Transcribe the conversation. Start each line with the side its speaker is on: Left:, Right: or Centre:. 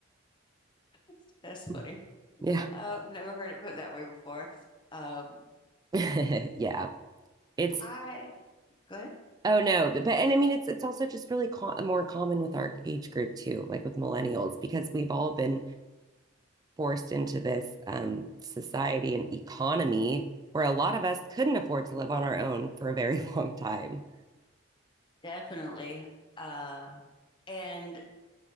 Left: <laughs> That's funny.
Right: Hmm. Yeah.
Left: I've never heard it put that way before. Um,
Right: <laughs> Yeah. It's
Left: I go ahead.
Right: Oh no, but and I mean it's it's also just really co more common with our age group too, like with millennials, because we've all been forced into this um, society and economy where a lot of us couldn't afford to live on our own for a very <laughs> long time.
Left: Definitely. Uh, and